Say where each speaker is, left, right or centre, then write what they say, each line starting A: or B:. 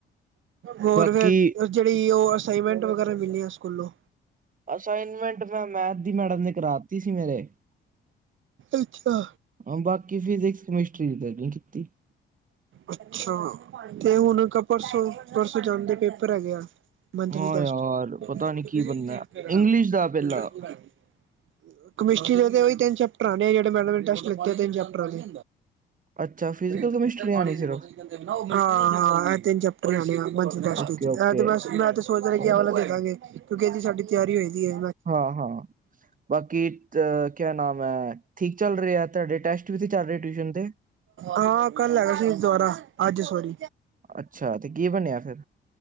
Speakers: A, on the right; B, on the right.
A: ਹੋਰ
B: ਬਾਕੀ
A: ਫੇਰ ਜਿਹੜੀ ਉਹ ਅਸਾਈਨਮੈਂਟ ਵਗੈਰਾ ਮਿਲੀਆਂ ਸਕੂਲੋਂ
B: ਅਸਾਈਨਮੈਂਟ ਮੈਂ ਮੈਥ ਦੀ ਮੈਡਮ ਨੇ ਕਰਾ ਤੀ ਸੀ ਮੇਰੇ
A: ਅੱਛਾ।
B: ਹਾਂ ਬਾਕੀ ਫਿਜਿਕਸ ਕਮਿਸਟਰੀ ਕੀਤੀ। <unintelligible>
A: ਅੱਛਾ ਤੇ ਹੁਣ ਪਰਸੋਂ, ਪਰਸੋਂ ਜਾਂਦੇ ਪੇਪਰ ਹੈਗੇ। ਮੰਥਲੀ
B: ਹਾਂ
A: ਟੈਸਟ
B: ਯਾਰ
A: <unintelligible>
B: ਪਤਾ ਨੀ ਕੀ ਬਣਨਾ ਇੰਗਲਿਸ਼ ਦਾ ਪਹਿਲਾਂ
A: ਕਮਿਸਟਰੀ ਦੇ ਤੇ ੳਹੀ ਤਿੰਨ ਚੈਪਟਰ ਆਣੇ ਜਿੇਹੜੇ ਮੇਡਮ ਨੇ ਟੇਸਟ ਦਿਤੇ ਤਿੰਨ ਚੈਪਟਰਾਂ ਦੇ
B: ਅੱਛਾ ਫਿਜ਼ਕਲ
A: ਦੇ
B: ਕਮਿਸਟਰੀ
A: ਠੰਡੇ ਪਾਣੀ
B: ਆਣੀ ਸਿਰਫ
A: ਦੀ ਬੋਤਲ ਹਾਂ ਹਾਂ ਇਹ ਤਿੰਨ ਚੈਪਟਰਣੇ ਮੈਂ <unintelligible>
B: ਓਕੇ-ਓਕੇ
A: <unintelligible> ਸੋਚ ਰਹੇ ਕਿ
B: ਔਰ
A: ਆ ਵਾਲਾ ਦੇ ਦਾਂਗੇ ਕਿਉਂਕਿ ਇਹਦੀ ਸਾਡੀ ਤਿਆਰੀ ਹੇਗੀ ਏ।
B: ਹਾਂ, ਹਾਂ ਬਾਕੀ ਅ ਕਿਆ ਨਾਮ ਹੈ ਠੀਕ ਚੱਲ ਰਿਹਾ ਤੁਹਾਡੇ ਟੈਸਟ ਵੀ ਤੇ ਚੱਲ ਰਹੇ ਟਿਊਸ਼ਨ ਦੇ
A: ਹਾਂ ਕੱਲ ਹੈਗਾ ਸੀ ਦੁਬਾਰਾ ਅੱਜ ਸੋਰੀ
B: ਅੱਛਾ ਤੇ ਕੀ ਬਣਿਆ ਫਿਰ